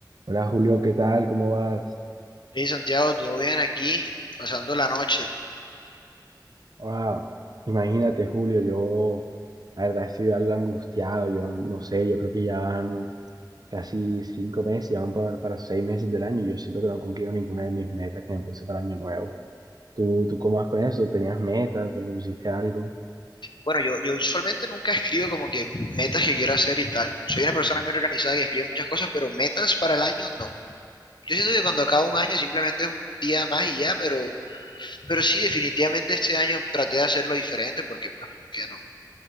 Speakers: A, on the right (about 60°); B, on the left (about 80°).
A: Hola Julio, ¿qué tal? ¿Cómo vas?
B: Sí, Santiago, todo bien aquí, pasando la noche.
A: Ah, imagínate Julio, yo la verdad estoy algo angustiado, yo no sé, yo creo que ya van casi cinco meses, ya van para, para seis meses del año y yo siento que no he cumplido ninguna de mis metas que me puse para año nuevo. ¿Tú, tú cómo vas con eso? ¿Tenías metas? ¿Te pusiste algo?
B: Bueno, yo, yo usualmente nunca escribo como que metas que quiero hacer y tal. Soy una persona muy organizada y escribe muchas cosas, pero metas para el año no. Yo siento que cuando acaba un año simplemente es un día más y ya, pero, pero sí, definitivamente este año traté de hacerlo diferente porque, pues, ¿por qué no?